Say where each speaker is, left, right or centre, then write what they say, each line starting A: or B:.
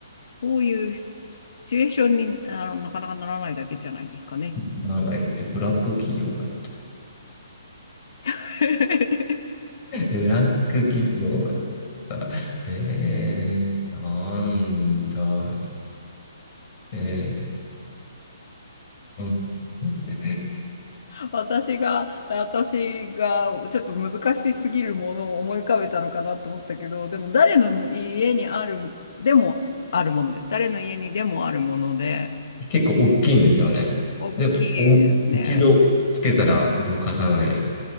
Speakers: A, on the left (about 55°); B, on the left (about 30°).
A: そういうシチュエーションにあのなかなかならないだけじゃないですかね。
B: ならない。えブラック企業だ。
A: <laughs>
B: <laughs> ブラック企業だったら。ええ、なんだ。えうん <laughs>
A: 私が、私がちょっと難しすぎるものを思い浮かべたのかなと思ったけど、でも誰の家にある、でもあるものです。誰の家にでもあるもので、
B: 結構大きいんですよね。
A: 大きいですね。
B: で、お、一度つけたら動かさない。